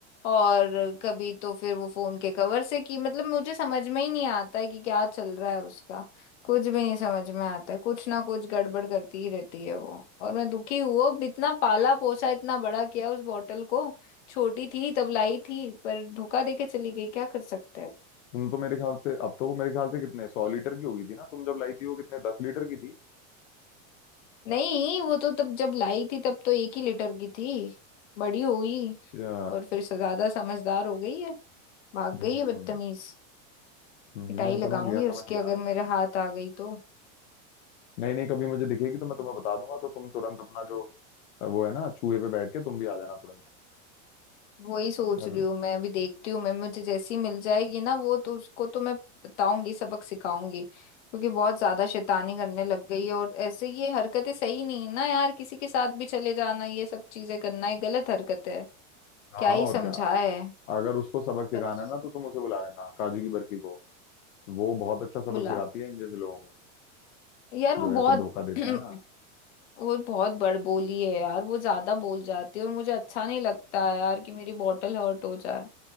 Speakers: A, on the left; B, on the left.
A: और कभी तो फिर वो फोन के कवर से की मतलब मुझे समझ में ही नहीं आता है कि क्या चल रहा है उसका कुछ भी नहीं समझ में आता है कुछ ना कुछ गड़बड़ करती ही रहती है वो और मैं दुखी हुआ अब इतना पाला पोसा इतना बड़ा किया उस बॉटल को छोटी थी तब लाई थी पर धोखा देके चली गई क्या कर सकते हैं
B: तुम तो मेरे ख्याल से अब तो वो मेरे ख्याल से कितने सौ लीटर की हो गई थी ना तुम जब लाई थी वो कितने दस लीटर की थी
A: नहीं वो तो तब जब लाई थी तब तो एक ही लीटर की थी बड़ी हुई
B: अच्छा
A: और फिर ज्यादा समझदार हो गई है भाग
B: हम्म
A: गई है बदतमीज
B: हम्म
A: पिटाई लगाऊंगी
B: समझ गया
A: उसके
B: समझ गया
A: अगर मेरे हाथ आ गई तो
B: नहीं नहीं कभी मुझे दिखेगी तो मैं तुम्हें बता दूंगा तो तुम तुरंत अपना जो अब वो है ना चूहे पे बैठ के तुम भी आ जाना तुरंत
A: वही सोच
B: हाँ
A: रही हूँ मैं अभी देखती हूँ मैं मुझे जैसी मिल जाएगी ना वो तो उसको तो मैं बताऊंगी सबक सिखाऊंगी क्योंकि बहुत ज्यादा शैतानी करने लग गई है और ऐसे ये हरकतें सही नहीं है ना यार किसी के साथ भी चले जाना ये सब चीजें करना ये गलत हरकत है
B: हाँ
A: क्या ही
B: और
A: समझाए
B: क्या अगर उसको सबक सिखाना
A: बस
B: है ना तो तुम उसे बुला लेना काजू की बर्फी को वो बहुत अच्छा सबक
A: बुला
B: सिखाती है इन जैसे लोगों को
A: यार
B: जो
A: वो बहुत
B: ऐसे धोखा देते
A: <clears throat>
B: हैं ना
A: वो बहुत बड़बोली है यार वो ज्यादा बोल जाती है और मुझे अच्छा नहीं लगता है यार कि मेरी बॉटल हर्ट हो जाए